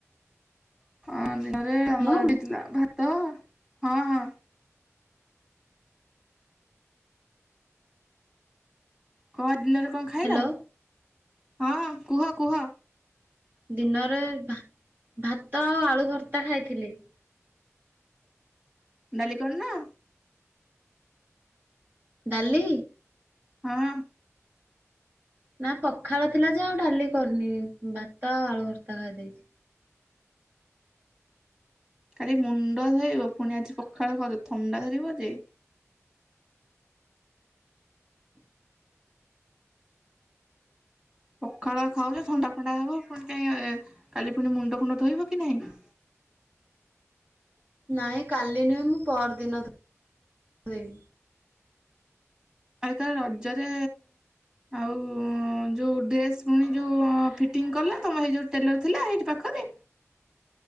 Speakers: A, on the right; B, on the right.
A: ଆ ଆମରଏଠିଥିଲା
B: ମୁଁ
A: ଭାତ ହଁ ହଁ। କଣ ଦିନରେ କଣ ଖାଇଲ?
B: ହ୍ୟାଲୋ
A: ହଁ ହଁ କୁହ କୁହ।
B: ଦିନରେ ଭା ଭାତ ଆଉ ଆଳୁ ଭର୍ତ୍ତା ଖାଇଥିଲି।
A: ଡାଲି କରିନ।
B: ଡାଲି।
A: ହଁ।
B: ନା ପଖାଳ ଥିଲା ଯେ ଆଉ ଡାଲି କରିନି। ଭାତ ଆଉ ଆଳୁ ଭର୍ତା ଖାଇଦେଇଚି।
A: କାଲି ମୁଣ୍ଡ ଧୋଇବ ପୁଣି ଆଜି ପଖାଳ ଖାଉଛ ଥଣ୍ଡା ଧରିବ ଯେ। ପଖାଳ ଖାଉଚ ଥଣ୍ଡା ପଣ୍ଡା ହବ ପୁଣି କାଇ କାଲି ପୁଣି ମୁଣ୍ଡ ଫୁଣ୍ଡ ଧୋଇବ କି ନାହିଁ।
B: ନାଇଁ କାଲି ନୁହେଁ ମୁଁ ପରଦିନ ଧୋଇବି।
A: ଆରେ ତାହାଲେ ରଜରେ ଆଉ ଯୋଉ ଡ୍ରେସ୍ ପୁଣି ଯୋଉ ଫିଟିଂ କଲା ତମ ହେଇ ଯୋଉ ଟେଲର ଥିଲା ହେଇଠି ପାଖରେ।